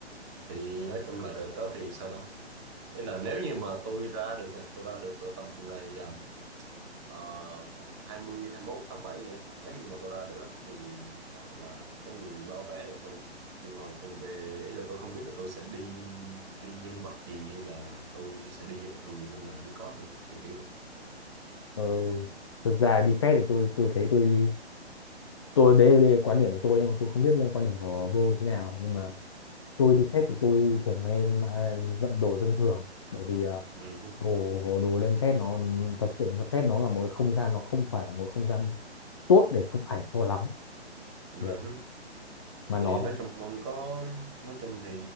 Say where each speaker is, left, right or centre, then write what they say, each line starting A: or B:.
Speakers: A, on the right; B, on the left.
A: thì nói chung là đợt đó thì sao đâu Ý là nếu như mà tôi ra được nè, tôi ra được ở tầm ngày ờ, uh, 20 21 tháng 7 vậy á. nếu như mà tôi ra được á, thì gọi là có người bao vé cho tôi nhưng mà còn về ý là tôi không biết là tôi sẽ đi đi nhân vật gì hay là tôi sẽ đi dân thường hay là đi cóp nữa kiểu kiểu vậy.
B: ừ. thực ra đi fest thì tôi tôi thấy tôi đi tôi đấy, đấy là quan điểm của tôi nhưng mà tôi không biết là quan điểm của vô thế nào nhưng mà tôi
A: ừ.
B: đi phép thì tôi thường em à, vận đồ dân thường bởi vì à,
A: Ừ.
B: đồ đồ lên phép nó thật sự là phép nó là một cái không gian nó không phải là một không gian tốt để chụp ảnh cho lắm
A: Ừ.
B: để mà
A: thì
B: nó
A: nói
B: là
A: chung ông có nói chung thì